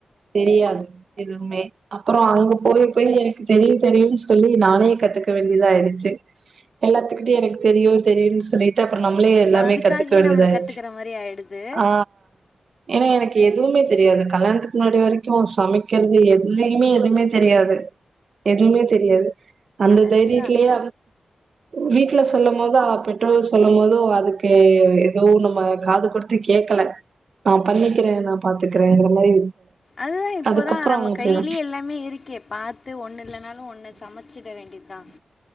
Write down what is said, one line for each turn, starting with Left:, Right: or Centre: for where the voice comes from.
Right: தெரியாது எதுமே அப்பொற அங்க போய் போய் எனக்கு தெரியு தெரியுனு சொல்லி நானே கத்துக்க வேண்டியதாய்டுச்சு எல்லாத்துக்கிட்டயு எனக்கு தெரியு தெரியுன்னு சொல்லிட்டு அப்ற நம்மளே எல்லாமே
Left: அதுக்காகவே
Right: கத்துக்க வேண்டியதாய்டுச்சு
Left: நம்மளை கற்றுக்கிற மாதிரி ஆயிடுது
Right: ஆ ஏன்னா எனக் எதுமே தெரியாது கல்யாணத்துக்கு முன்னாடி வரைக்கு சமைக்கிறது எதுலயுமே எதுமே தெரியாது எதுமே தெரியாது அந்த
Left: அதே
Right: தைரியத்தலயே
Left: தான்
Right: வீட்ல சொல்லும் போதோ பெற்றோர்கள் சொல்லும் போது ஓகே ஏதுவு நம்ம காது குடுத்து கேக்கல நா பண்ணி இருக்கிற நா பாத்துக்கிறேங்கிற மாரி
Left: அதுதா இப்பதா
Right: அதுக்கப்புறோ
Left: நம்ம
Right: அவங்க
Left: கைய்லயே
Right: போயிதா
Left: எல்லாமே இருக்கே பாத்து ஒண்ணுல்லனாலும் ஒண்ணு சமச்சுட வேண்டிதா